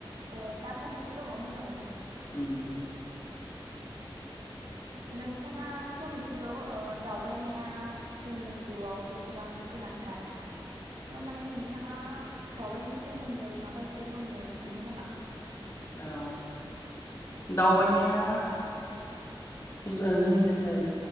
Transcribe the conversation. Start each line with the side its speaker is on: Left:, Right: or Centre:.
Right: ओ दासान्दिथ दंङ मोजांङै
Left: उम
Right: नोंथांङाथ मिथिगौ ओ दावबायनाया जोंनि जिउआव बेसेबां गोनांथार थ माने नोंथांङा दावबायनायनि सोमोन्दै माबा एसे बुंनो सानगोन नामा?
Left: औ दावबायनाया जो जोंनि थाखाय